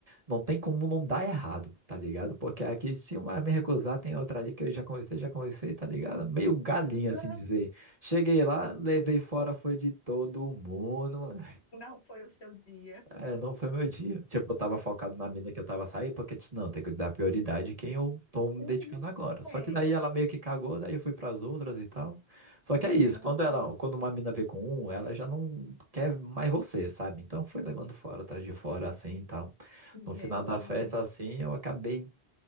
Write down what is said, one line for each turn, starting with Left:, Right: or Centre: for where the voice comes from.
Right: não tem como não dar errado, tá ligado? Porque aqui, se uma me recusar, tem outra ali que eu já conversei, já conversei, tá ligado? Meio galinha,
Left: <laughs>
Right: assim dizer. Cheguei lá, levei fora, foi de todo mundo, mano.
Left: Não foi o seu dia.
Right: É, não foi meu dia. Tipo, eu tava focado na mina que eu tava saindo, porque eu disse, não, tem que dar prioridade a quem eu tô me
Left: <laughs>
Right: dedicando
Left: Uhum.
Right: agora. Só
Left: É,
Right: que daí ela meio que cagou, daí eu fui pras outras e tal. Só que
Left: gente,
Right: é isso, quando ela, quando uma mina vê com um, ela já não quer mais você, sabe? Então foi levando fora, atrás de fora, assim e tal.
Left: gente.
Right: No final da festa, assim, eu acabei